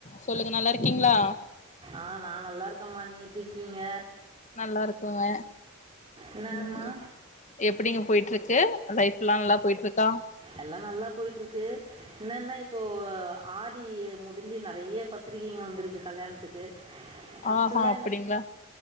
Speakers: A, on the left; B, on the right.
A: சொல்லுங்க நல்லா இருக்கீங்ளா
B: ஆ நா நல்லாருக்கம்மா நீ எப்டி இருக்கீங்க
A: நல்லா இருக்கங்க
B: என்னம்மா
A: ம் எப்டிங்க போயிட்டுருக்கு லைஃப்லா நல்லா போயிட்டுருக்கா
B: எல்லா நல்லா போயிட்ருக்கு என்னன்னா இப்போ ஆடி எ முடிஞ்சி நெறைய பத்திரிகைங்க வந்திருக்கு கல்யாண்த்துக்கு ஃபஸ்ட்டுல்லா
A: ஆஹா அப்டிங்களா
B: எனக்